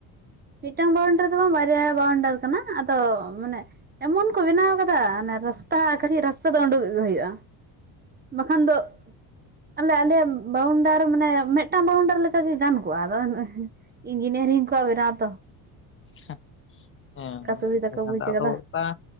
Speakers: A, on the right (about 25°); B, on the left (about 30°).
A: ᱢᱤᱫᱴᱟᱝ ᱵᱟᱣᱩᱱᱰᱟᱨ ᱫᱚ ᱵᱟᱝ ᱵᱟᱨᱭᱟ ᱵᱟᱣᱩᱱᱰᱟᱨ ᱠᱟᱱᱟ ᱟᱫᱚ ᱢᱟᱱᱮᱹᱹᱹ ᱮᱢᱚᱱ ᱠᱚ ᱵᱮᱱᱟᱣ ᱠᱟᱫᱟ ᱨᱟᱥᱛᱟ ᱠᱟᱹᱴᱤᱡ ᱨᱟᱥᱛᱟ ᱫᱚ ᱳᱸᱰᱩᱳᱜ ᱜᱮ ᱦᱳᱭᱳᱜᱼᱟ ᱾
B: <inaudible>
A: ᱵᱟᱠᱷᱟᱱ ᱫᱚᱜ ᱹᱹᱹᱹ᱾ ᱟᱞᱮ- ᱟᱞᱮᱭᱟᱜ ᱵᱟᱣᱩᱱᱰᱟᱨ ᱢᱟᱱᱮ ᱢᱤᱫᱴᱟᱝ ᱵᱟᱣᱩᱱᱰᱟᱨ ᱞᱮᱠᱟᱜᱮ ᱜᱟᱱ ᱠᱚᱜᱼᱟ ᱟᱫᱚ ᱦᱮᱸ-ᱮ ᱾ ᱤᱧᱡᱤᱱᱤᱭᱟᱨᱤᱝ ᱠᱚᱣᱟ ᱢᱮᱱᱟᱜ ᱟᱛᱚᱹᱹᱹᱹ᱾
B: ᱦᱮᱸ ᱦᱮᱸ ᱚᱱᱟ
A: ᱥᱩᱵᱤᱫᱷᱟ
B: ᱢᱟᱛᱚ
A: ᱠᱚ ᱵᱩᱡ
B: <unintelligible> ᱟᱫᱚ
A: ᱠᱟᱫᱟ
B: ᱚᱠᱟ